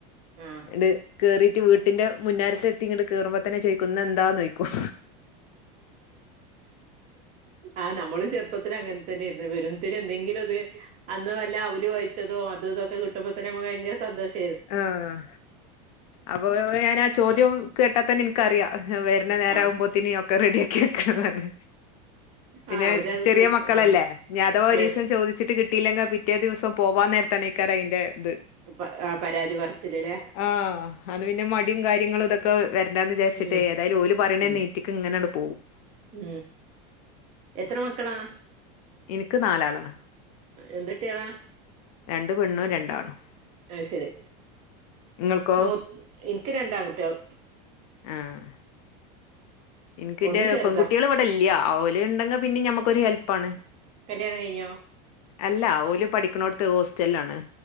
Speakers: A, on the right (about 35°); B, on the left (about 70°).
A: ആഹ്
B: ഇണ്ട് കേറിയിട്ട് വീട്ടിന്റെ മുന്നാരത്തെത്തി ഇങ്ങോട്ട് കേറുമ്പതന്നെ ചോയിക്കും ഇന്നെന്താന് ചോയിക്കും
A: ആ നമ്മളും ചെറുപ്പത്തിൽ അങ്ങനെ തന്നേർന്നു വെരുംന്തേര് എന്തെങ്കിലും അത് അന്ന് വല്ല അവല് കൊയച്ചതോ അതും ഇതും ഒക്കെ കിട്ടുമ്പത്തന്നെ നമുക്ക് ഭയങ്കര സന്തോഷ
B: ആഹ് അപ്പൊ ഞാനാ ചോദ്യം കേട്ടാതന്നെ നിക്കറിയ വര് ന്ന നേരാകുമ്പോത്തിന്
A: ആഹ്
B: ഒക്കെ റെഡിയാക്കി വെക്കണതാണ് പിന്നെ
A: ആ അവരത്
B: ചെറിയ
A: പ്ര
B: മക്കളല്ലേ
A: ആ
B: ഇനി അധവ ഒരു
A: വെശ്
B: ദിവസം ചോയിച്ചിട്ട് കിട്ടീലെങ്കി പിറ്റേ ദിവസം പോവാൻ നേരത്തനയ്ക്കാരം അതിന്റെ ഇത്
A: പ പരാതി പറച്ചില്ലല്ലേ
B: ആഹ് അത് പിന്നെ മടിയും കാര്യങ്ങളും ഇതൊക്കെ വരണ്ടാന്ന് വിചാരിച്ചിട്ട്
A: ഉം
B: ഏതായാലും ഓല് പറയണന്നെ
A: ഉം
B: ഒറ്റക്ക് ഇങ്ങനണ്ട് പോവും
A: ഉം എത്ര മക്കളാ
B: എനിക്ക് നാലാളാണ്
A: എന്ത്‌ട്ട്യോളാ
B: രണ്ട് പെണ്ണും രണ്ടാണും
A: അത് ശരി
B: ഇങ്ങൾക്കോ?
A: മൂ എനിക്ക് രണ്ട് ആണ്കുട്ട്യോൾ
B: ആഹ് എനിക്ക് എന്റെ
A: ഒന്ന് ചെറുതാ
B: പെൺകുട്ടികൾ ഇവിടെ ഇല്ല്യ ഓല്ണ്ടെങ്കി പിന്നെ ഞമ്മക്കൊരു ഹെൽപ്പാണ്
A: കല്യാണം കഴിഞ്ഞോ
B: അല്ല ഓല് പഠിക്ക്ണോട്ത്ത് ഹോസ്റ്റലാണ്.